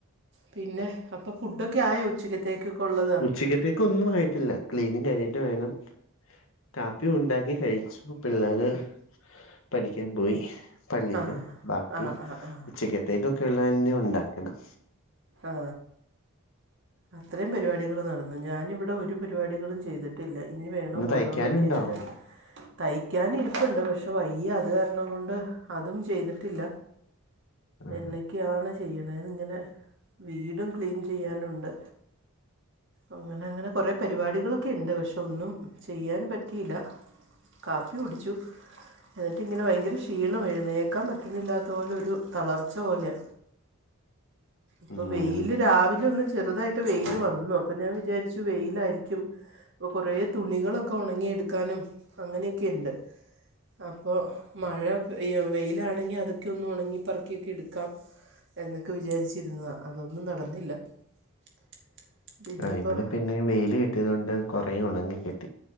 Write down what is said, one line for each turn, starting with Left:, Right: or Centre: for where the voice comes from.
Right: പിന്നെ അപ്പൊ ഫുഡൊക്കെ ആയോ ഉച്ചക്കത്തേക്കൊക്കെഉ ള്ളത്
Left: ഉച്ചക്കത്തേക്ക് ഒന്നും ആയിട്ടില്ല ക്ലീനിംഗ് ആയിട്ട് വേണം കാപ്പി ഉണ്ടാക്കി കഴിച്ചു പിള്ളേര് ഹ് പഠിക്കാൻ പോയി ഹ് പള്ളിയില്
Right: ആ
Left: ബാക്കി
Right: ആ ആ ആ
Left: ഉച്ചക്കെത്തേക്കൊക്കെ ഉള്ള തന്നെഉണ്ടാകണം
Right: ആ അത്രയും പരിപാടികൾ നടന്നു ഞാനിവിടെ ഒരു പരിപാടികളും ചെയ്തി ഇനി വേണം
Left: ഇന്ന് തയ്ക്കാനുണ്ടോ
Right: ഓരോന്നുംകേട്ട്തൈക്കാനിരിപ്പുണ്ട് പക്ഷേ വയ് യി അത് കാരണം കൊണ്ട് അതും ചെയ്തിട്ടില്ല
Left: ആ
Right: എന്നക്കെയാണ് ചെയ്യ് നെന്നിങ്ങനെ വീടും ക്ലീൻ ചെയ്യാനുണ്ട്. അങ്ങനെ അങ്ങനെ കുറെ പരിപാടികളൊക്കെ ഇണ്ട് പഷേ ഒന്നും ചെയ്യാൻ പറ്റിയില്ല കാപ്പി കുടിച്ചു എ ട്ടി ങ്ങനെ, ഭയങ്കര ക്ഷീണമാ. എഴുന്നേക്കാൻ പറ്റുന്നില്ലാത്ത പോലൊരു തളർച്ച പോലെ. പ്പൊ
Left: ഉം
Right: വെയില് രാവിലെ ഒന്ന് ചെറുതായിട്ട് വെയില് വന്നു അപ്പൊ ഞാൻ വിചാരിച്ചു വെയിലായിരിക്കും ഇപ്പോ, കൊറേ തുണികളൊക്കെ ഒണങ്ങിയെടുക്കാനും, അങ്ങനെയൊക്കെ ഇണ്ട്. അപ്പോ മഴ പെയ് വെയിലാണെങ്കിൽ അതൊക്കെ ഒന്ന് ഒണങ്ങി പറക്കിയൊക്കെയെടുക്കാം എന്നൊക്കെ വിചാരിച്ചു ഇരുന്നതാ അതൊന്നും നടന്നില്ല <unintelligible> ഇനിയിപ്പോൾ
Left: ആ ഇവിടെ പിന്നെ യ് വെയില് കിട്ടിയത് കൊണ്ട് കൊറേ ഒണങ്ങി കിട്ടി